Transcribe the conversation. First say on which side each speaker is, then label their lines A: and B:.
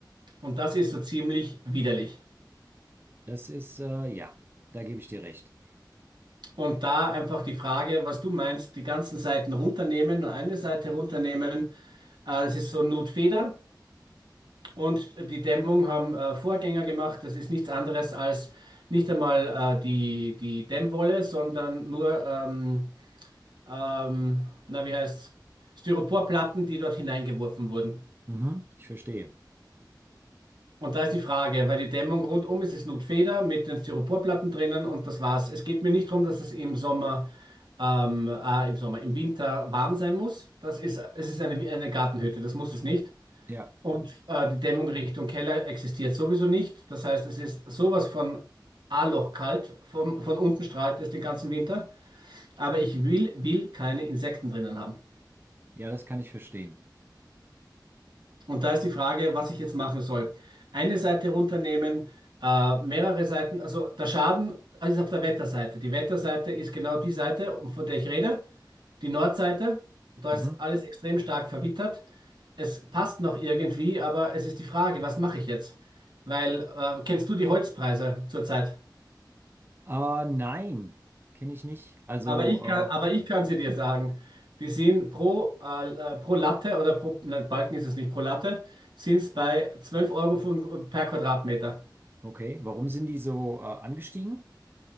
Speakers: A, on the right; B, on the right.
A: Und das ist so ziemlich widerlich.
B: das ist, äh, ja, da gebe ich dir recht.
A: Und da einfach die Frage, was du meinst, die ganzen Seiten runternehmen, nur eine Seite runternehmen. Äh, das ist so Notfeder und die Dämmung haben äh, Vorgänger gemacht. Das ist nichts anderes als nicht einmal äh, die, die Dämmwolle, sondern nur, ähm, ähm, na, wie heißt Styroporplatten, die dort hineingeworfen wurden.
B: Mhm. Ich verstehe.
A: Und da ist die Frage, weil die Dämmung rundum ist, ist Nutfeder mit den Styroporplatten drinnen und das war's. Es geht mir nicht darum, dass es im Sommer, ähm, äh, im Sommer, im Winter warm sein muss. Das ist, es ist eine, eine Gartenhütte, das muss es nicht.
B: Ja,
A: Und äh, die Dämmung Richtung Keller existiert sowieso nicht. Das heißt, es ist sowas von A-Loch kalt, vom, von unten strahlt es den ganzen Winter. Aber ich will, will keine Insekten drinnen haben.
B: ja, das kann ich verstehen.
A: Und da ist die Frage, was ich jetzt machen soll. Eine Seite runternehmen, äh, mehrere Seiten, also der Schaden ist auf der Wetterseite. Die Wetterseite ist genau die Seite, um- von der ich rede, die Nordseite. Da
B: Mhm.
A: ist alles extrem stark verwittert. Es passt noch irgendwie, aber es ist die Frage, was mache ich jetzt? Weil, äh, kennst du die Holzpreise zurzeit?
B: Äh, nein, kenne ich nicht. Also,
A: Aber ich kann, aber ich kann sie dir sagen. Die sind pro, äh, äh, pro Latte oder pro, nein, Balken ist es nicht, pro Latte, sind es bei 12 Euro von, per Quadratmeter.
B: äh, okay, warum sind die so, äh, angestiegen?